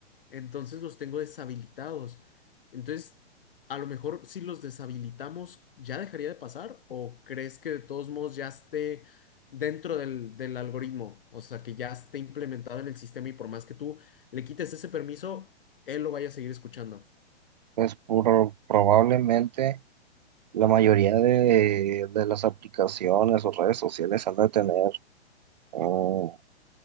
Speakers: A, on the left (about 55°); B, on the right (about 40°).
A: Entonces los tengo deshabilitados. Entonces, a lo mejor si los deshabilitamos, ¿ya dejaría de pasar? ¿O crees que de todos modos ya esté dentro del, del algoritmo? O sea, que ya esté implementado en el sistema y por más que tú le quites ese permiso, él lo vaya a seguir escuchando.
B: Pues por- probablemente. La mayoría de, de las aplicaciones o redes sociales han de tener, mm,